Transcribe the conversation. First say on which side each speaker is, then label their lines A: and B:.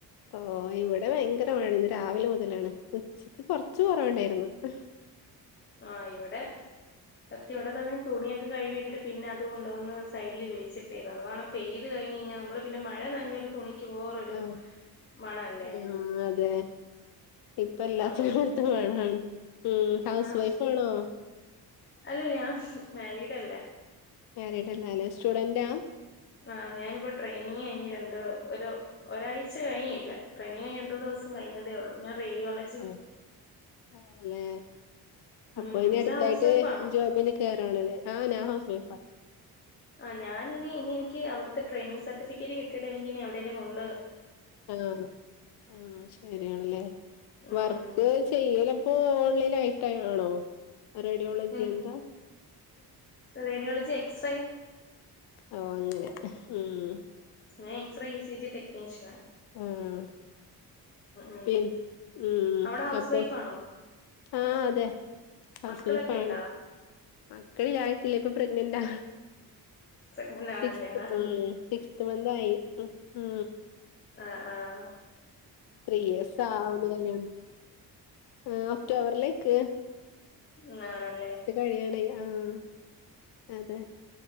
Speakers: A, on the left; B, on the left.
A: ഓഹ് ഇവിടെ ഭയങ്കര മഴ ന്ന് രാവിലെ മുതലാണ് ഉച്ചക്ക് കൊർച്ച് കൊറവുണ്ടേര്ന്നു. <inaudible>
B: ആഹ് ഇവടെ സത്യവടതാണ്. തുണിയൊക്കെ കഴിവിട്ടിട്ട് പിന്നതു കൊണ്ടോന്ന് സൈഡില് വിളിച്ചിട്ടേവ അത് വണം പെയ്ത് കഴിഞ്ഞ്ഴിഞ്ഞാൽ നമ്മള്. പിന്നെ മഴ നനഞ്ഞൊരു തുണിക്ക് വേറൊരു
A: ആഹ്
B: മണല്ലേ?
A: ആഹ് അതെ ഇപ്പ എല്ലാത്തിനും
B: അതുകൊണ്ട്
A: <unintelligible>
B: പിന്നെ
A: വേണാണ് ഹും ഹൗസ്
B: ആഹ്
A: വൈഫാണോ
B: അല്ലല്ല ഞാ മാരിഡല്ല.
A: മാരിഡ് അല്ല ലെ സ്റ്റുഡന്റാ?
B: ആഹ് ഞാനിപ്പൊ ട്രെയിനിങ് കഴിഞ്ഞ് രണ്ടു ഒരു. ഒരാഴ്ച കഴിഞ്ഞില്ല ട്രെയിനിങ് കയ്ഞ്ഞ് രണ്ടു ദുവസം കയ്ഞതേ ഒള്ളൂ ഞാ റേഡിയോള
A: അ് ആഹ് ന്നേ അപ്പൊ
B: ഉം
A: ഇനി
B: ഇന്ന്
A: അട്ത്തായ്ട്ട്
B: ഹൗസ് വൈഫ് ആണോ
A: ജോബിന്. കേറാണ്ലേ ആഹ് ഞാ ഹൗസ് വൈഫ.
B: അ ഞാനിനി ഇനി എനിക്ക് അവിട്ത്തെ ട്രയിനിങ് സർട്ടിഫിക്കറ്റ് കിട്ടിട്ട് എനിക്കിനി അവിടെലും ഉണ്ട്.
A: ആഹ് ആഹ് ശരിയാണല്ലേ
B: ഉം
A: വർക്ക് ചെയ്യല് ഇപ്പോ ഓൺലൈൻ ആയിട്ട് തന്നേ ആണോ റേഡിയോളജി
B: ഉം
A: എന്താ
B: റേഡിയോളജി എക്സ്റേ
A: ഓ അങ്ങനെ ഉം.
B: മേ x ray E C G technician.
A: ആഹ്.
B: ഉം
A: പി ഉം
B: അവിടെ ഹൗസ്
A: അപ്പൊ
B: വൈഫ് ആണോ
A: ആഹ് അതെ. ഹൗസ്
B: മക്കളൊക്കെ
A: വൈഫ് ആണ്
B: ഉണ്ടോ?
A: മക്കളിലായിട്ടില്ല ഇപ്പ പ്രഗ്നന്റ.
B: പ്രഗ്നന്റ് ആണല്ലേ
A: സിക്സ്
B: ആഹ്
A: ഉം സിക്സ്ത് മന്ത്‌ ആയി ഹ ഹാ.
B: ആഹ ആഹ.
A: ത്രീ യിയെസ് ആവുന്നു കല്യാണം ആ ഒക്ടോബറിലേക്ക്
B: ഉം ആണല്ലേ.
A: കഴിയാനയി ആഹ് അതെ.